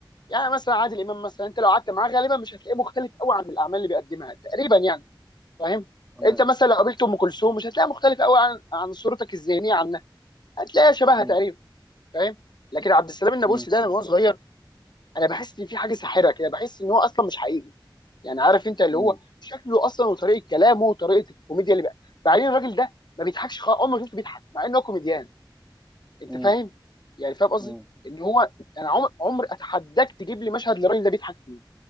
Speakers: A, on the left (about 60°); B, in the centre.
A: يعني مثلا عادل امام مثلا انت لو قعدت معاه غالبا مش هتلاقيه مختلف قوي عن الاعمال اللي بيقدمها تقريبا يعني فاهم
B: تمام
A: انت مثلا لو قابلت ام كلثوم مش هتلاقيها مختلف قوي عن عن صورتك الذهنيه عنها هتلاقيها شبهها
B: مم.
A: تقريبا فاهم لكن عبد السلام النابلسي
B: مم.
A: ده انا من وانا صغير انا بحس ان في حاجه ساحره كده بحس ان هو اصلا مش حقيقي يعني عارف انت اللي
B: مم.
A: هو شكله اصلا وطريقه كلامه وطريقه الكوميديا اللي بقى بعدين الراجل ده ما بيضحكش خالص عمري ما شفته بيضحك مع انه كوميديان انت
B: مم.
A: فاهم يعني فاهم قصدي
B: مم.
A: ان هو انا عمر عمر اتحداك تجيب لي مشهد للراجل ده بيضحك فيه